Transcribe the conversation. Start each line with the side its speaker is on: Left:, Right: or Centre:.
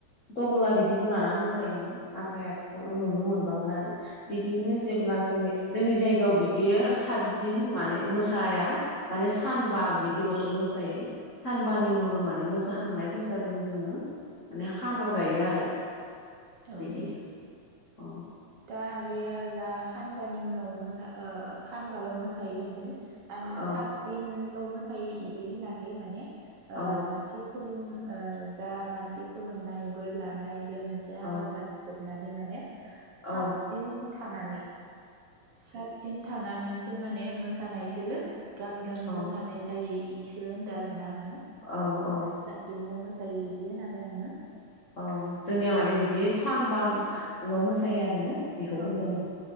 Left: तबला बिदिखौ लाना मोसायोमोन नाथाय आथिखालाव नुनो मोन बांला आरो बिदिनो जेब्ला जों जोंनि जायगायाव बिदियो सा दिन माने मोसाया माने सानबा बिदिलसो मोसायो सानबानि उनावनो माने मोसाहांनाय फैसाजों जोङो माने खाना जायो आरो।
Right: औ
Left: बिदि
Right: औ।
Left: औ।
Right: दा आगैया जा खानबानि उनाव मोसा ओ खानबाल' मोसायो होनदों आं
Left: औ
Right: खाद दिनल' मोसायो इदि होनाखै माने ओ
Left: औ
Right: मानथि- खुलुम ओ जा मानसि खुलुमनाय बोर लानाय बे मोनसे हाबाफारि
Left: औ
Right: नादे माने सात
Left: औ
Right: दिन था थानानै। सात दिन। थानानैसो माने मोसानायखौ। गामि गामि
Left: औ
Right: मोसानाय जायै। इखो होनदार। ना आङो
Left: औ औ
Right: खातदिनल' मो सायो इदि होनाखै आङो।
Left: औ जोंनिया
Right: औ
Left: माने बिदि सानबा। ल' मोसायो आरो ना। बेखौ
Right: औ
Left: बुंदों
Right: औ
Left: आङो